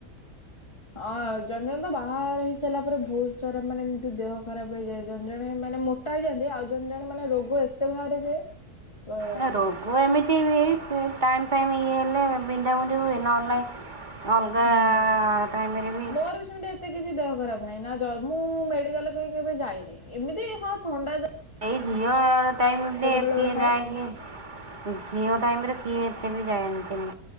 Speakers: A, on the left; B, on the right.
A: ହଁ ଜଣେ ଜଣେ ତ ବାହାଘର ହେଇ ସାରିଲା ପରେ ବହୁତ ସାରା ମାନେ ଏମତି ଦେହ ଖରାପ ହେଇଯାଏ ଜଣ ଜଣେ ମାନେ ମୋ ଟା ହେଇଯାନ୍ତି ଆଉ ଜଣେ ଜଣେ ମାନେ ରୋଗ ଏତେ ବାହାରେ ଯେ କହିବାର
B: ନା
A: ନାହିଁ।
B: ରୋଗ ଏମିତି ବି ଟାଇମ ଫାଇମ ଇଏ ହେଲେ ବିନ୍ଧାବିନ୍ଧି ହୁଏ ନହେଲେ ନାଇ ଅଲଗା
A: ହୁଁ।
B: ଟାଇମରେ ବି।
A: ମୋର ସେମିତି ଏତେ କିଛି ଦେହ ଖରାପ ନାଇଁ ନା ଜ ମୁଁ ମେଡିକାଲ କାଇଁ କେବେ ଯାଇନେଇ ଏମିତି ହଁ ଥଣ୍ଡା ଜ
B: ଏଇ ଝିଅ ଟାଇମେ
A: ବେଳେ
B: କିଏ
A: ବେଳେ ଖାଏ।
B: ଯାଏ କି। ଝିଅ ଟାଇମରେ କିଏ ଏତେ ବି ଯାଆନ୍ତିନି